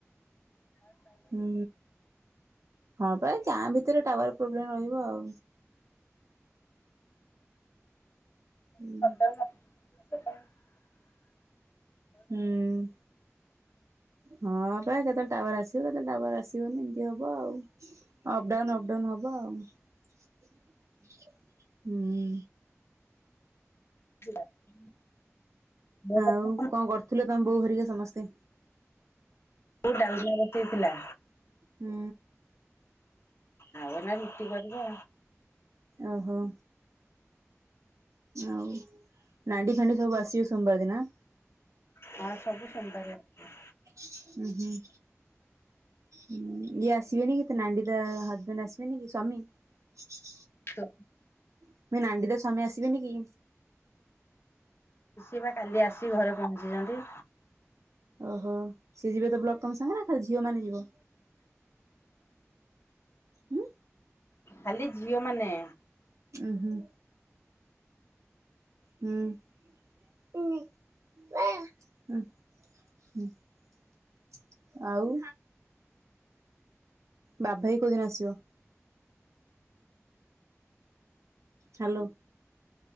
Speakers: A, on the right; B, on the left.
A: ହୁଁ ହଁ ପା ଗାଁ ଭିତରେ ଟାୱାର ପ୍ରୋବ୍ଲେମ ରହିବ ଆଉ। ହୁଁ।
B: କ <inaudible>
A: ହୁଁ। ହଁ ପା କେତେବେଳେ ଟାୱାର ଆସିବ କେତେବେଳେ ଟାୱାର ଆସିବନି ଏମିତି ହବ ଆଉ। ଅପଡାଉନ ଅପଡାଉନ ହବ ଆଉ ହୁଁ।
B: <unintelligible> ମୋ
A: ଆଉ
B: କଥା
A: କଣ କରୁଥିଲେ ତମେ ବୋଉ ହେରିକା ସମସ୍ତେ?
B: ବୋଉ ଡାଲଦିଆ ବସେଇଥିଲା।
A: ହୁଁ।
B: ଆଉ ଏଇନା ରୁଟି କରିବ।
A: ଓହୋ। ଆଉ ନାଣ୍ଡି ଫାଣ୍ଡି ସବୁ ଆସିବେ ସୋମବାର ଦିନ।
B: ହଁ ସବୁ ସୋମବାର ଆସିବେ।
A: ହୁଁ ହୁଁ। ହୁଁ ଇଏ ଆସିବେନି କି ନାଣ୍ଡି ତା ହଜବେଣ୍ଡ ଆସିବେନି କି ସ୍ୱାମୀ?
B: ହ।
A: ମୁଁ କହିନି ନାଣ୍ଡି ତ ସ୍ୱାମୀ ଆସିବେନି କି?
B: ସିଏବା କାଲି ଆସିି ଘରେ ପହଞ୍ଚିଛନ୍ତି।
A: ଓହୋ ସିଏ ଯିବେ ତ ବ୍ଲକ ତମ ସାଙ୍ଗେ ନା ଖାଲି ଝିଅ ମାନେ ଯିବ। ହୁଁ
B: ଖାଲି ଝିଅ ମାନେ।
A: ଉଁ ହୁଁ। ହୁଁ। <unintelligible> ଆଉ ବାବୁ ଭାଇ କୋଉଦିନ ଆସିବ? ହ୍ୟାଲୋ।